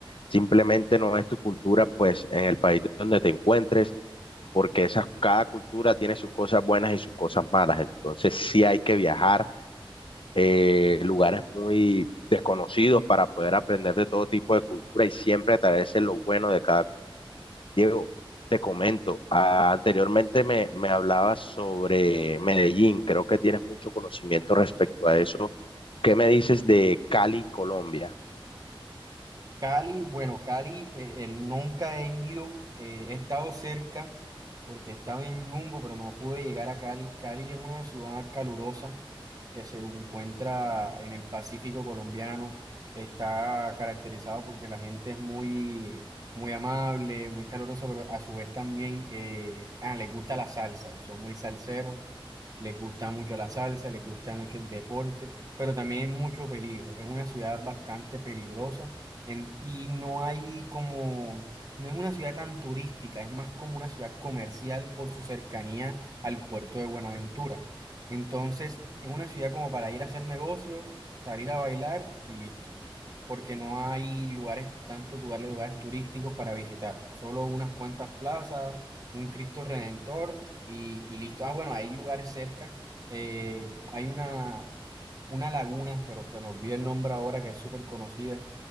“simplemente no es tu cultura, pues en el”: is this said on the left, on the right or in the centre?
Left